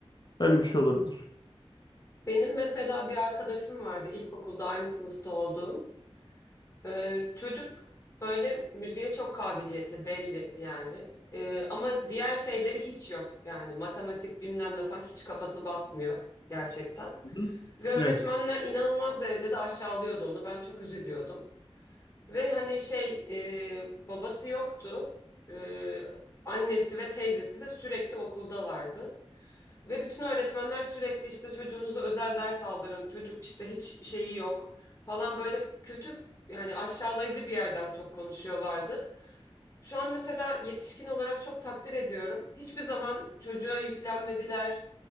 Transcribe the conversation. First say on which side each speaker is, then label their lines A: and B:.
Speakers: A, on the left; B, on the left.
A: Böyle bir şey olabilir.
B: Benim mesela bir arkadaşım vardı ilkokulda aynı sınıfta olduğum. Ee, çocuk böyle müziğe çok kabiliyetli belli yani. Ee, ama diğer şeyleri hiç yok. Yani matematik bilmem ne falan hiç kafası basmıyor gerçekten.
A: Hı hı.
B: Ve öğretmenler
A: Evet.
B: inanılmaz derecede aşağılıyordu onu. Ben çok üzülüyordum. Ve hani şey e, babası yoktu. Ee, annesi ve teyzesi de sürekli okuldalardı. Ve bütün öğretmenler sürekli işte çocuğunuza özel ders aldırın. Çocuk işte hiç şeyi yok falan böyle kötü yani aşağılayıcı bir yerden çok konuşuyorlardı. Şu an mesela yetişkin olarak çok takdir ediyorum. Hiçbir zaman çocuğa yüklenmediler.